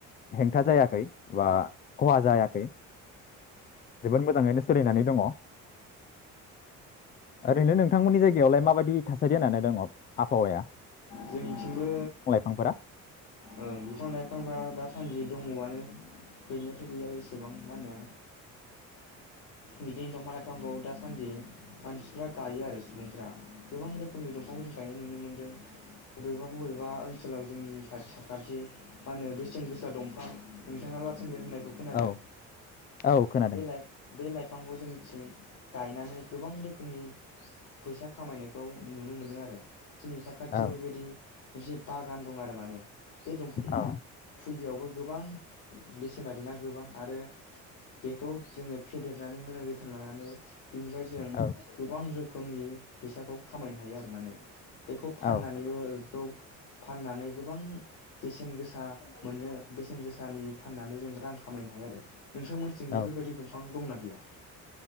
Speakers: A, on the left; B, on the left.
A: हेंथा जायाखै बा खहा जायाखै जोबोद मोजांङैनो सोलिनानै दंङ ओरैनो नोंथांमोननि जायगायावलाय माबायदि थासारि होननानै दङ आबहावाया?
B: जोंनि थिंबो
A: फां फोरा
B: ओ बिफां लाइफांफ्रा दासान्दि दंङआनो गैनायाथ गैया एसेबां मा होनो बिदिनो दंफां लाइफांखौ दासान्दि मानसिफ्रा गायो आरो सुबुंफ्रा गोबां रोखोमनि दंफांखौ जों गायनाय नुनो मोनदों बबेबा बबेबा ओनसोलाव जोंनि खाथि खाथि मा होनो बेसेन गोसा दंफां नोंथाङा लाल सानदोन होननाय खौ खोनादों
A: औ औ खोनादों
B: बे लाफ बे लाफ फांखौ जों मिथिं गायनानै गोबां रोखोमनि फैसा खामायनायखौ नुनो मोनदों आरो। जोंनि साखाथियाव
A: औ
B: बेबायदि जे बागान दं आरो माने बे दंफाङा
A: औ
B: फुलियावबो गोबां बेसे सेना गोबां आरो बेखौ जोंङो फेदेरनानै मोजां जोथोन लानानै बेनिफ्राय जों
A: औ
B: गोबां रोख खोमनि फैसाखौ खामायनो हायो आरो माने बेखौ फाननानैबो
A: औ
B: बेखौ फान्नानै गोबां बेसेन गोसा मोन्नो बेसेन गोसानि फान्नानै जों रां खामायनो हायो आरो। नोंथांमोन्थिं
A: नंगौ
B: बेफोरबायदि दंफां दंना गैया?